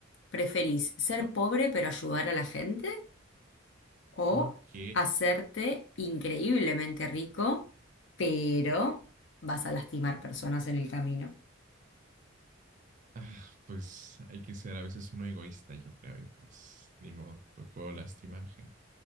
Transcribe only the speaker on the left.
¿preferís ser
pobre pero ayudar a la gente? o
hacerte increíblemente rico, pero vas a lastimar personas en el camino.